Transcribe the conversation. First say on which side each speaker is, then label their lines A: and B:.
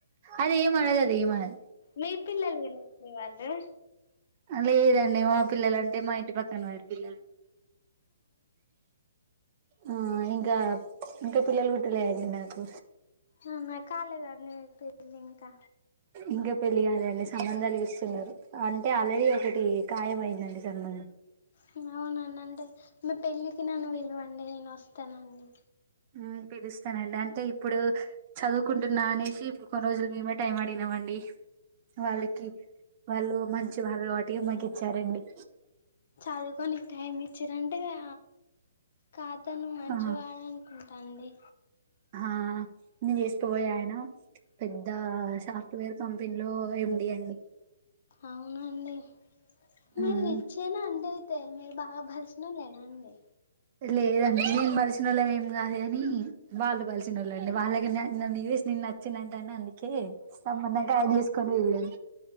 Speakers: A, on the right; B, on the left.
A: అదేం అనదాది ఏం అనద్
B: మీ పిల్లల్ వాళ్ళు
A: లేదండి మా పిల్లలంటే మా ఇంటి పక్కన వాడి పిల్ల ఆ ఇంగాప్ ఇంకా పిల్లలు పుట్టలేయండి నాకు
B: అవునా కాలేదండి మీక్ పెళ్లి ఇంకా
A: ఇంకా పెళ్లి కాలేండి సంబంధాలు చూస్తున్నారు అంటే ఆల్రెడీ ఒకటి ఖాయం అయిందండి సంబంధం
B: హ్ అవునా నండె మీ పెళ్ళికి నన్ను విలువండి నేను ఒస్తానండి
A: ఉమ్ పిలుస్తానండి అంటే ఇప్పుడు చదువుకుంటున్నా అనేశి ఇప్పుడు కొన్ని రోజులు మేమే టైం అడిగినమండి వాళ్ళకి వాళ్ళు మంచి వాళ్ళు వాట్టి మగి చ్చారండి
B: చదువుకోనిక్ టైం ఇచ్చిరంటే ఇగా కాతను మంచి
A: ఆ
B: వాడాన్ ఉంటా అండి
A: అహా నేను జేసుకోబో ఆయనా పెద్ద సాఫ్ట్వేర్ కంపెనీలో ఎండి అండి
B: అవునండి మీరు
A: మ్మ్
B: రిచ్చేనా అండి అయితే మీరు బాగా బల్స్ ల్లోనే నాండి
A: లేదండి మేమ్ బలిసినోళ్ళం ఏం గాదు గనీ వాళ్ళు బలిసినోళ్ళండి వాళ్లకి న నన్ను చూసి నేను నచ్చిందింటేని అందుకే సంబంధం కాయం చేసుకొని వెళ్ళన్